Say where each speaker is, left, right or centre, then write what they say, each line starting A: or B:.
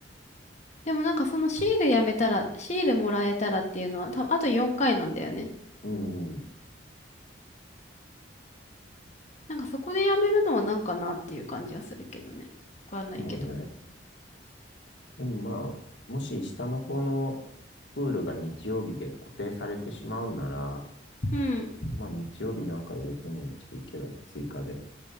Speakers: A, on the left; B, on the left.
A: でもなんかそのシールやめたら、シールもらえたらっていうのは、た、あと4回なんだよね。
B: うん、うん。
A: なんかそこでやめるのはなんかなっていう感じはするけどね。わからないけど。
B: まあね。でもまあ、もし下の子のプールが日曜日で固定されてしまうんなら、
A: うん。
B: まあ日曜日なんか入れてもいいけどね、追加で。